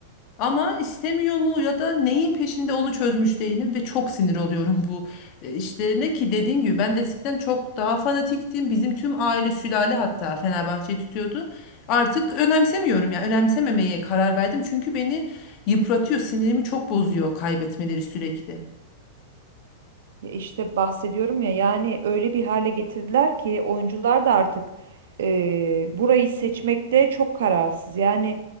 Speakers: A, on the left; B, on the right.
A: Ama istemiyor mu ya da neyin peşinde onu çözmüş değilim ve çok sinir oluyorum bu e, işlerine ki dediğim gibi ben eskiden çok daha fanatiktim. Bizim tüm aile sülale hatta Fenerbahçe'yi tutuyordu. Artık önemsemiyorum yani önemsememeye karar verdim çünkü beni yıpratıyor, sinirimi çok bozuyor kaybetmeleri sürekli.
B: Ya işte bahsediyorum ya yani öyle bir hale getirdiler ki oyuncular da artık e, burayı seçmekte çok kararsız. Yani